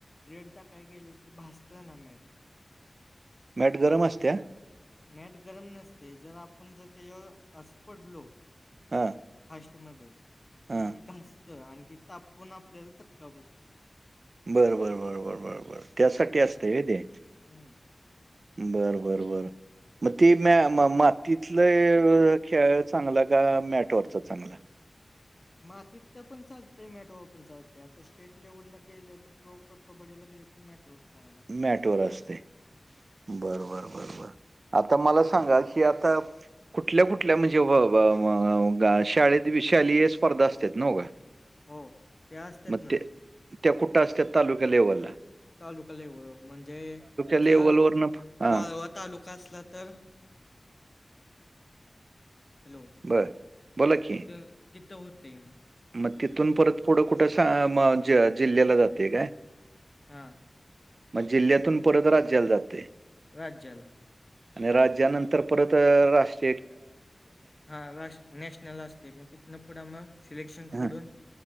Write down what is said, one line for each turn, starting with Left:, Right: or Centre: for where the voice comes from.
Left: रेड टाकाय गेलं की ते भाजतं ना मॅट
Right: मॅट गरम असतीया?
Left: मॅट गरम नसतय जर आपण जर तेज्यावर असं पडलो
Right: हां,
Left: फास्ट मध्ये
Right: हां.
Left: तर ती घासतं आणखी तापून आपल्याला चटका बसतो.
Right: बर बर बरोबर बर बर त्यासाठी असतय व्हय ते
Left: हम्म
Right: बरं बरं बरं म ती मॅ म मातीतलं खेळ चांगला का मॅटवरचा चांगला?
Left: मातीतला तर पण चालतय मॅटवर पण चालत्यात आता स्टेट लेव्हलला गेले होत प्रो प्र कबड्डीला गे मॅट वर खेळायला
Right: मॅट वर असतय बर, बर बर बर आता मला सांगा की आता कुठल्या, कुठल्या म्हणजे व, व, व, गा, शाळेत विशालीय स्पर्धा असतयत नव का?
Left: हो त्या असत्यात
Right: मग
Left: ना
Right: ते त्या कुठा असत्यात तालुका लेव्हलला
Left: तालुका लेवल म्हणजे
Right: लेवलवरनं
Left: जर
Right: हां
Left: वाळवत तालुका असला तर, हॅलो
Right: बरं बोला की.
Left: तर तिथं होतंय.
Right: मग तिथून परत पुढं कुठं जिल्ह्याला जाते काय?
Left: हा.
Right: मग जिल्ह्यातून परत राज्याला जाते.
Left: राज्याला.
Right: आणि राज्यानंतर परत राष्ट-
Left: हा राष्ट्र नॅशनल असतंय मग तिथंन पुढं मग सिलेक्शन
Right: हा,
Left: कडून-